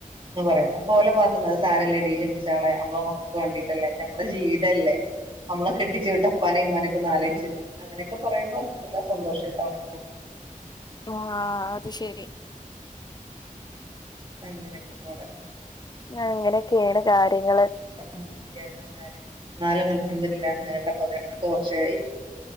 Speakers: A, on the right (about 35°); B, on the left (about 30°).
A: ന്ന് പറയും അപ്പോലെ ഭാത്ത്ന്ന് അത് സാരല്ലെടീ ക്ഷമിച്ചാളേ ഞമ്മളെ മക്ക വാണ്ടീട്ടെല്ലേ ഞമ്മളെ ജീവിതല്ലേ ഞമ്മളെ കെട്ടിച്ച് വിട്ടപ്പാനീം ഇമ്മാനീം ഒക്കൊന്ന് ആലോയ്ച്ച് അങ്ങനൊക്കെ പറയ്മ്പോ അൽഹംദുലില്ലാഹ് സന്തോഷട്ടോ അങ്ങനെങ്ങ് പോകും
B: ആ അത് ശരി
A: അങ്ങനെയൊക്കെപ്പാടെ
B: അങ്ങനെയൊക്കെണ് കാര്യങ്ങൾ
A: അങ്ങനെക്കെണ് കാര്യങ്ങൾ ഇന്നാലും അല്ഹംദുലില്ലാഹ് നീണ്ട പതിനെട്ട് വർഷായി